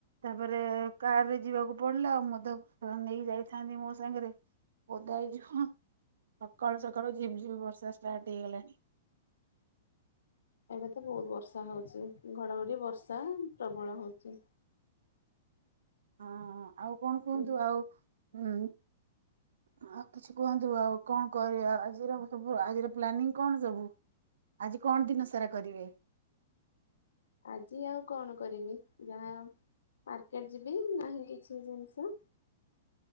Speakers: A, on the right; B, on the left.
A: ତାପରେ କାରରେ ଯିବାକୁ ପଡିଲା ଆଉ ମ ନେଇ ଯାଇଥାନ୍ତି ମୋ ସାଙ୍ଗରେ ଓଦା ହେଇଯିବ। ସକାଳୁ ସକାଳୁ ଝିପ୍ ଝିପ୍ ବର୍ଷା ଷ୍ଟାର୍ଟ ହେଇଗଲାଣି।
B: ଏବେ ତ ବହୁତ ବର୍ଷା ହଉଛି ଘଡଘଡି ବର୍ଷା ପ୍ରବଳ ହଉଛି।
A: ହଁ ଆଉ କଣ କୁହନ୍ତୁ
B: ଉଁ
A: ଆଉ ହୁଁ ଆଉ କିଛି କୁହନ୍ତୁ ଆଉ କଣ କରିବା ଆଜିର ସବୁ ଆଜିର ପ୍ଲାନିଂ କଣ ସବୁ ଆଜି କଣ ଦିନ ସାରା କରିବେ?
B: ଆଜି ଆଉ କଣ କରିବି ଯାହା ମାର୍କେଟ ଯିବି ନାହିଁ କିଛି ଜିନିଷ।